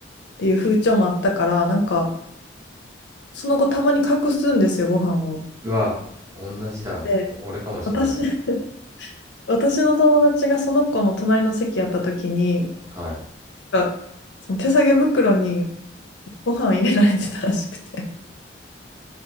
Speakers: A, on the left; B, on the right.
A: っていう風潮もあったから、なんか、その子たまに隠すんですよ、ご飯を。
B: うわ同じだお俺かもしんない
A: で、私、<laughs> 私の友達がその子の隣の席やった時に、
B: はい
A: か、その手提げ袋にご飯入れられてたらしくて。